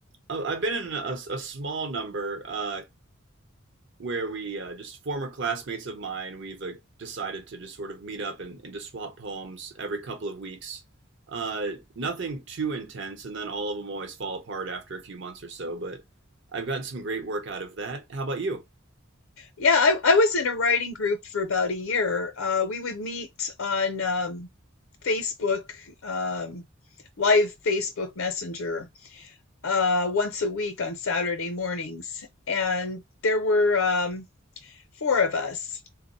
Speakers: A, on the right; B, on the left.
A: I- I've been in a, a small number. Uh, where we uh, just former classmates of mine, we've uh, decided to just sort of meet up and, and to swap poems every couple of weeks. Uh, nothing too intense, and then all of them always fall apart after a few months or so. But I've gotten some great work out of that. How about you?
B: Yeah, I, I was in a writing group for about a year. Uh, we would meet on um, Facebook, um, live Facebook Messenger uh, once a week on Saturday mornings. And there were um, four of us.